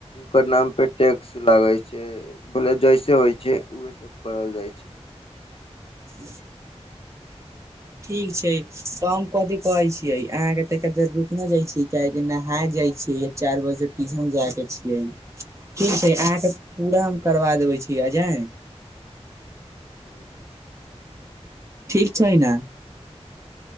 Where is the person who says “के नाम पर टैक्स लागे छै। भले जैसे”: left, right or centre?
Left